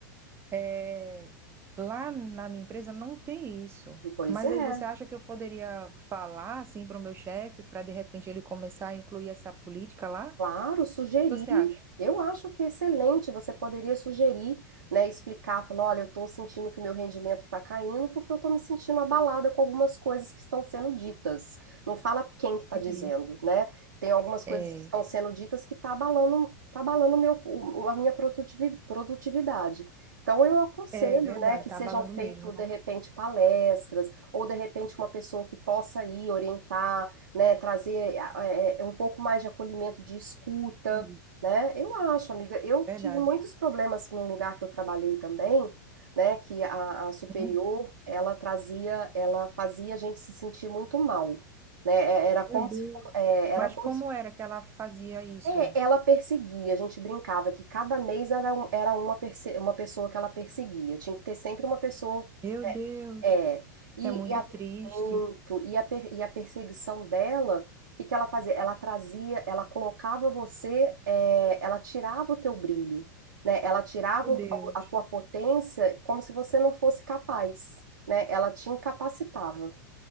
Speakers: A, on the right (about 25°); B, on the right (about 80°).
A: É, lá na minha empresa não tem isso.
B: Pois
A: Mas
B: é,
A: aí você acha que eu poderia falar assim para o meu chefe, para de repente ele começar a incluir essa política lá?
B: Claro, sugerir.
A: Você acha?
B: Eu acho que é excelente. Você poderia sugerir, né, explicar, falar, olha, eu estou sentindo que meu rendimento está caindo porque eu estou me sentindo abalada com algumas coisas que estão sendo ditas. Não fala quem que está
A: Entendi.
B: dizendo, né? Tem algumas coisas
A: É,
B: que estão sendo ditas que está abalando, tá abalando o meu, o- a minha produtivi- produtividade. Então eu aconselho,
A: é verdade,
B: né, que
A: tá
B: sejam
A: abalando
B: feitas
A: mesmo.
B: de repente palestras ou de repente uma pessoa que possa ir orientar né, trazer é, é, um pouco mais de acolhimento, de escuta,
A: Hum,
B: né? Eu acho, amiga, eu
A: Verdade.
B: tive muitos problemas num lugar que eu trabalhei também, né, que a, a superior,
A: Sim.
B: ela trazia, ela fazia a gente se sentir muito mal, né? É- Era como
A: Meu Deus.
B: se for, é, era
A: Mas
B: como
A: como
B: se,
A: era que ela fazia isso?
B: é, ela perseguia, a gente brincava que cada mês era, um- era uma, perse- uma pessoa que ela perseguia, tinha que ter sempre uma pessoa
A: Meu Deus,
B: é,
A: isso
B: e,
A: é muito
B: e a,
A: triste.
B: muito, e a, per- e a perseguição dela, o que que ela fazia? Ela trazia, ela colocava você, é, ela tirava o teu brilho, né? Ela tirava
A: Meu
B: o-
A: Deus.
B: a tua potência como se você não fosse capaz, né? Ela te incapacitava.